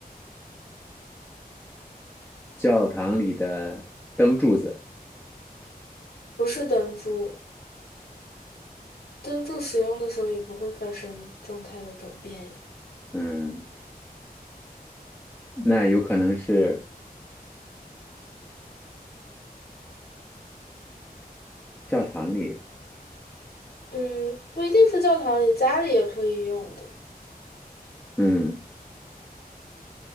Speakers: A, in the centre; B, on the left (about 80°).
A: 教堂里的灯柱子。
B: 不是灯柱，灯柱使用的时候也不会发生状态的转变呀。
A: 嗯，那有可能是教堂里。
B: 嗯，不一定是教堂里，家里也可以用的。
A: 嗯。